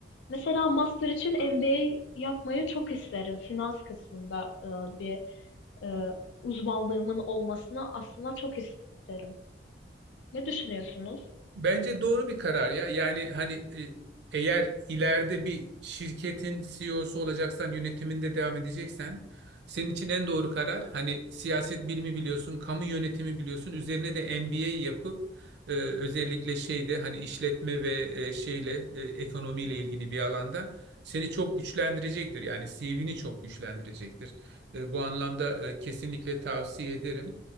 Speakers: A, on the left; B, on the right.
A: Mesela master için MBA yapmayı çok isterim. Finans kısmında e, bir e, uzmanlığımın olmasını aslında çok isterim. Ne düşünüyorsunuz?
B: Bence doğru bir karar ya. Yani hani e, eğer ileride bir şirketin CEO'su olacaksan, yönetiminde devam edeceksen, senin için en doğru karar hani siyaset bilimi biliyorsun, kamu yönetimi biliyorsun, üzerine de MBA yapıp e, özellikle şeyde hani işletme ve e, şeyle e, ekonomiyle ilgili bir alanda seni çok güçlendirecektir. Yani CV'ni çok güçlendirecektir. E, bu anlamda e, kesinlikle tavsiye ederim.